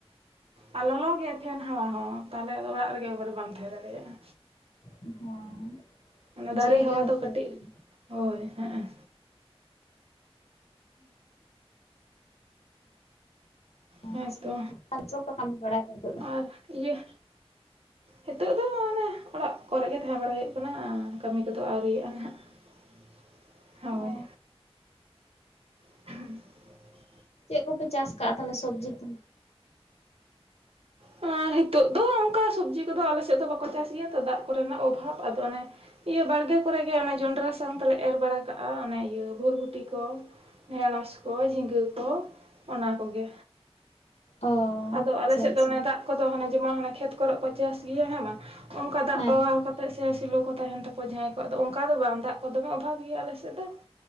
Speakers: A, on the right (about 65°); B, on the left (about 85°).
A: ᱟᱨ ᱞᱚᱞᱚᱜ ᱜᱮᱭᱟ ᱯᱷᱮᱱ ᱦᱟᱣᱟ ᱦᱚᱸ ᱛᱟᱦᱚᱞᱮ ᱟᱫᱚ ᱚᱲᱟᱜ ᱨᱮᱜᱮ ᱮᱜᱵᱟᱨᱮ ᱵᱟᱢ ᱛᱟᱦᱮᱸ ᱫᱟᱲᱮᱭᱟᱜᱼᱟ
B: ᱦᱮᱸ
A: ᱚᱱᱟ ᱫᱟᱨᱮ
B: ᱡᱤᱣᱤ
A: ᱦᱟᱣᱟ
B: ᱜᱮ ᱦᱟᱹᱥᱩᱭᱮᱫ
A: ᱫᱚ ᱠᱟᱹᱴᱤᱡ
B: ᱠᱟᱱᱟ
A: ᱦᱳᱭ ᱦᱮᱸᱜ ᱮᱸ ᱦᱮᱸᱛᱚ
B: <unintelligible>
A: ᱟᱨ ᱤᱭᱟᱹ ᱱᱤᱛᱚᱜ ᱫᱚ ᱟᱱᱮ ᱚᱲᱟᱜ ᱠᱚᱨᱮᱜ ᱜᱮ ᱛᱟᱦᱮᱸ ᱵᱟᱲᱟ ᱦᱩᱭᱩᱜ ᱠᱟᱱᱟ ᱠᱟᱹᱢᱤ ᱠᱚᱫᱚ ᱟᱹᱣᱨᱤᱭᱟᱜᱼᱟ ᱱᱟᱦᱟᱜ᱾ <inaudible> ᱦᱳᱭ
B: ᱚ
A: <unintelligible>
B: ᱪᱮᱫ ᱠᱚᱯᱮ ᱪᱟᱥ ᱠᱟᱜᱼᱟ ᱛᱟᱦᱚᱞᱮ ᱥᱚᱵᱽᱡᱤ <inaudible>
A: ᱟᱸ ᱦᱤᱛᱚᱜ ᱫᱚ ᱚᱱᱠᱟ ᱥᱚᱵᱽᱡᱤ ᱠᱚᱫᱚ ᱟᱞᱮ ᱥᱮᱫ ᱫᱚ ᱵᱟᱠᱚ ᱪᱟᱥ ᱜᱮᱭᱟ ᱛᱚ ᱫᱟᱜ ᱠᱚᱨᱮᱱᱟᱜ ᱚᱵᱷᱟᱵᱽ ᱟᱫᱚ ᱚᱱᱮ ᱤᱭᱟᱹ ᱵᱟᱲᱜᱮ ᱠᱚᱨᱮ ᱜᱮ ᱚᱱᱮ ᱡᱚᱱᱰᱨᱟ ᱥᱟᱣ ᱛᱮᱞᱮ ᱮᱨ ᱵᱟᱲᱟ ᱠᱟᱜᱼᱟ ᱤᱭᱟᱹ ᱵᱷᱨᱵᱩᱴᱤ ᱠᱚ ᱰᱷᱮᱲᱚᱥ ᱠᱚ ᱡᱷᱤᱸᱜᱟᱹ ᱠᱚ ᱚᱱᱟ ᱠᱚᱜᱮ᱾
B: ᱚ
A: ᱟᱫᱚ
B: ᱟᱪᱪᱷᱟ
A: ᱟᱞᱮ ᱥᱮᱫ
B: ᱟᱪᱪᱷᱟ
A: ᱫᱚ ᱚᱱᱮ ᱫᱟᱜ ᱠᱚᱫᱚ ᱦᱟᱱᱮ ᱡᱮᱢᱚᱱ ᱦᱟᱱᱮ ᱠᱷᱮᱛ ᱠᱚᱨᱮᱜ ᱠᱚ ᱪᱟᱥ ᱜᱮᱭᱟ ᱦᱮᱸ ᱵᱟᱝ ᱚᱱᱠᱟ ᱫᱟᱜ
B: ᱦᱮᱸ
A: ᱯᱟᱣᱟᱣ ᱠᱟᱛᱮ ᱪᱮᱫᱟᱜ ᱥᱮ ᱥᱮᱞᱚ ᱠᱚ ᱛᱟᱦᱮᱱ ᱛᱟᱠᱚᱣᱟ ᱡᱟᱦᱟᱸᱭ ᱠᱚᱣᱟᱜ ᱫᱚ᱾ᱚᱱᱠᱟ ᱫᱚ ᱵᱟᱝ ᱫᱟᱜ ᱠᱚ ᱫᱚᱢᱮ ᱚᱵᱷᱟᱵᱽ ᱜᱮᱭᱟ ᱟᱞᱮᱥᱮᱫ ᱫᱚ